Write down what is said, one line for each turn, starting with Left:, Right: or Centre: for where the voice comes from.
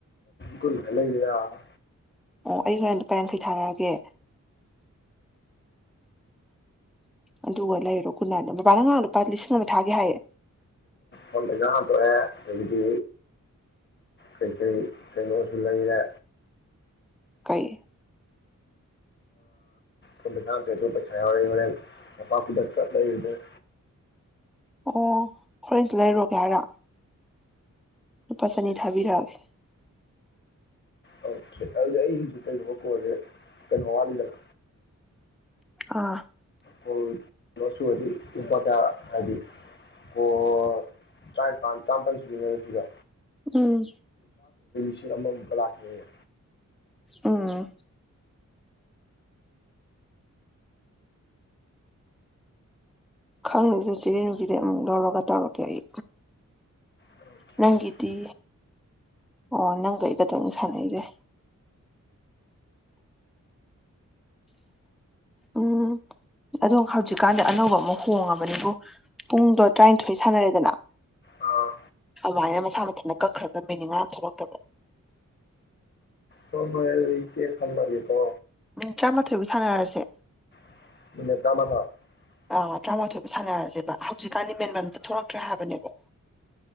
Left: ꯀꯨꯜ ꯍꯥꯏ ꯂꯩ ꯑ
Centre: ꯑꯣ ꯑꯩ ꯍꯣꯔꯦꯟ ꯂꯨꯄꯥ ꯌꯥꯡꯈꯩ ꯊꯥꯔꯛꯑꯒꯦ ꯑꯗꯨꯒ ꯂꯩꯔꯣ ꯒꯨꯠꯅꯥꯏꯠ ꯑꯃ ꯕꯥꯕꯥꯅ ꯉꯥꯔꯥꯉ ꯂꯨꯄꯥ ꯂꯤꯁꯤꯡ ꯑꯃ ꯊꯥꯒꯤ ꯍꯥꯏꯌꯦ
Left: ꯐꯣꯟ ꯄꯩꯁꯥ ꯍꯥꯟꯇꯣꯛꯑꯦ ꯑꯗꯩꯗꯤ ꯀꯩ ꯀꯩ ꯀꯩꯅꯣꯁꯨ ꯂꯩꯔꯦ
Centre: ꯀꯩ
Left: ꯐꯣꯟ ꯄꯩꯁꯥ ꯍꯥꯟꯇꯣꯛꯑꯦ ꯑꯗꯣ ꯄꯩꯁꯥ ꯌꯥꯎꯔꯤ ꯍꯣꯔꯦꯟ ꯃꯣꯟꯄꯥꯛꯐꯤꯗꯛꯀ ꯂꯩꯔꯨꯗꯣꯏꯅꯦ
Centre: ꯑꯣ ꯍꯣꯔꯦꯟꯗꯨ ꯂꯩꯔꯣꯒꯦ ꯍꯥꯏꯔꯣ ꯂꯨꯄꯥ ꯆꯅꯤ ꯊꯥꯕꯤꯔꯛꯑꯒꯦ
Left: ꯑꯣꯀꯦ ꯑꯩ ꯍꯧꯖꯤ ꯀꯩꯩꯅꯣꯕ ꯀꯤꯜꯁꯦ ꯀꯩꯅꯣ ꯋꯥꯠꯂꯤꯗꯅ
Centre: ꯑꯥ
Left: ꯀꯣꯜ ꯁꯨꯔꯗꯤ ꯏꯁꯇꯗ ꯍꯥꯏꯗꯤ ꯂꯣꯜ ꯇꯥꯏꯄꯥꯜ ꯇꯔꯥꯄꯥꯟ ꯁꯨꯗꯣꯏꯅꯦ ꯁꯤꯁꯦ
Centre: ꯎꯝ
Left: <unintelligible> ꯑꯃ ꯕꯨꯀꯥ ꯂꯥꯛꯈꯤꯅꯤꯕ
Centre: ꯑꯥ ꯈꯪꯗꯦ ꯆꯦ ꯔꯦꯅꯨꯕꯤꯗꯩ ꯑꯃꯨꯛ ꯂꯧꯔꯒ ꯇꯧꯔꯒꯦ ꯑꯩ
Left: ꯑꯣꯀꯦ
Centre: ꯅꯪꯒꯤꯗꯤ
Left: ꯑꯣꯀꯦ
Centre: ꯑꯣ ꯅꯪꯒ ꯑꯩꯒꯗꯪ ꯁꯥꯟꯅꯩꯁꯦ ꯎꯝ ꯑꯗꯣ ꯍꯧꯖꯤꯛꯀꯥꯟꯁꯦ ꯑꯅꯧꯕ ꯑꯃꯨꯛ ꯍꯣꯡꯉꯕꯅꯤꯕꯨ ꯄꯨꯡꯗꯣ ꯇꯔꯥꯅꯤꯊꯣꯏ ꯁꯥꯟꯅꯔꯦꯗꯅ
Left: ꯑꯥ
Centre: ꯑꯗꯨꯃꯥꯏꯅ ꯃꯁꯥ ꯃꯊꯟꯇ ꯀꯛꯈ꯭ꯔꯒ ꯃꯤꯅꯤꯠ ꯃꯥ ꯊꯣꯛꯂꯛꯇꯕ
Left: ꯍ ꯍꯣꯏ ꯏꯆꯦ ꯊꯝꯃꯒꯦꯀꯣ
Centre: ꯃꯤꯅꯤꯠ ꯇꯔꯥꯃꯥꯊꯣꯏꯕꯨ ꯁꯥꯟꯅꯔꯁꯦ
Left: <unintelligible>
Centre: ꯑꯥ ꯇꯔꯥꯃꯥꯊꯣꯏꯕꯨ ꯁꯥꯟꯅꯔꯛꯁꯦꯕ ꯍꯧꯖꯤꯛꯀꯥꯟꯗꯤ ꯃꯦꯟꯕꯝ ꯑꯝꯇꯥ ꯊꯣꯛꯂꯛꯇ꯭ꯔꯦ ꯍꯥꯏꯕꯅꯦꯕ